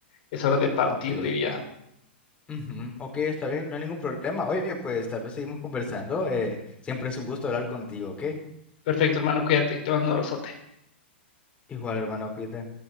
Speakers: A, on the left; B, on the left.
A: es hora de partir,
B: ok.
A: diría.
B: ujú, Ok, está bien, no hay ningún problema. Oye, pues tal vez seguimos conversando. eh, siempre es un gusto hablar contigo, ¿ok?
A: Perfecto, hermano, cuídate, te mando un abrazote.
B: Igual, hermano, cuídate.